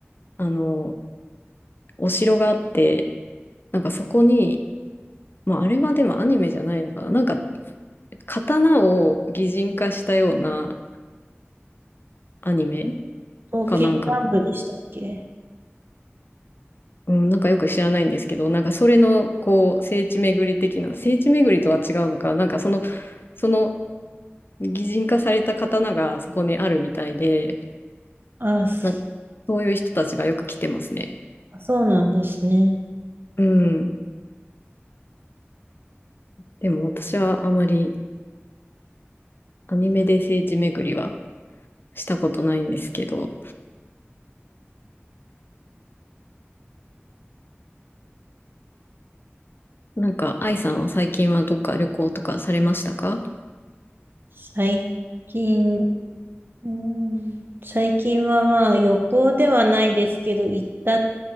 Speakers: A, on the left (about 55°); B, on the right (about 50°).
A: あの、お城があって、なんかそこに、まああれはでもアニメじゃないのかな、なんか刀を擬人化したようなアニメ
B: 東京南部でしたっけ
A: かなんかのうん、なんかよく知らないんですけど、なんかそれのこう聖地巡り的な、聖地巡りとは違うのか、なんかその、その擬人化された刀がそこにあるみたいで、
B: あ、そ
A: なんかそういう人たちがよく来てますね。
B: あそうなんですね。
A: うん。でも私はあまりアニメで聖地巡りはしたことないんですけど、なんか愛さんは最近はどっか旅行とかされましたか
B: 最近、うん、最近はまあ旅行ではないですけど、行ったっ